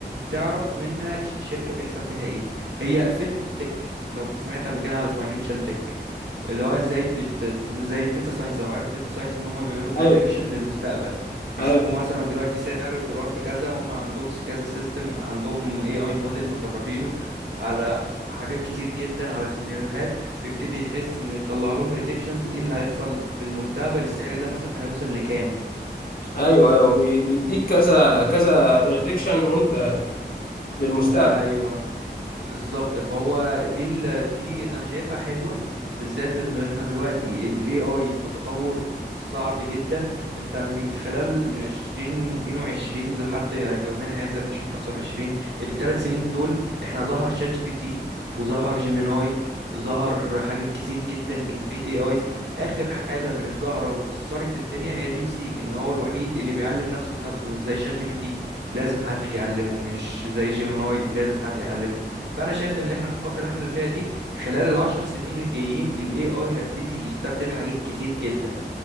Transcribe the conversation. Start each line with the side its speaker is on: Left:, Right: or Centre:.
Right: تعرف منها الشركة بيحصل فيها ايه هي فينتك لو سمعت قبل كده على الفاينانشال تك اللي هو ازاي بت... زي الداتا ساينس لو عارف الداتا ساينس ان هم بيعملوا بريدكشن
Left: أيوه
Right: للمستقبل بيشوفوا
Left: أيوه
Right: مثلا دلوقتي سعر الدولار بكذا هم عندهم س- كذا سيستم عندهم اي اي موديل مدربينه على حاجات كتير جدا على سيناريوهات بيبتدي يحس انه يطلع لهم بريدكشنز ايه اللي هيحصل في المستقبل السعر ده مثلا هيوصل لكام
Left: أيوه أيوه بي- بيديك كذا كذا بريدكشن وأنت للمستقبل
Right: ايوه بالظبط فهو دي ال... دي انا شايفها حلوه بالذات ان احنا دلوقتي ال AI في تطور صعب جدا انت من خلال من 2022 لحد يومنا هذا ال 2025 الثلاث سنين دول احنا ظهر شات جي بي تي وظهر جيميناي ظهر حاجات كتير جدا كمية AIs آخر حاجة كانت ظاهرة وكسرت الدنيا هي ديب سيك إن هو الوحيد اللي بيعلم نفسه بنفسه مش زي شات جي بي تي لازم حد يعلمه مش زي جيميناي لازم حد يعلمه فانا شايف ان اللي احنا في الفتره اللي احنا فيها دي خلال العشر سنين الجايين الاي اي هيبتدي يستبدل حاجات كتير جدا